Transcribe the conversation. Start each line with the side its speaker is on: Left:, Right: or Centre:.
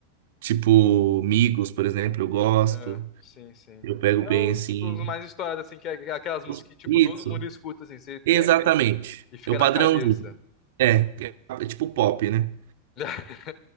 Right: tipo, Migos, por exemplo, eu gosto.
Left: É, sim, sim.
Right: Eu pego
Left: É
Right: bem,
Left: uns,
Right: assim.
Left: tipo, os mais estourados, assim, que é aquelas músicas
Right: os-
Left: que, tipo,
Right: Isso,
Left: todo mundo escuta, assim, você
Right: exatamente.
Left: pe- e fica
Right: É o
Left: na
Right: padrãozinho.
Left: cabeça.
Right: É, é é tipo pop, né?
Left: <laughs>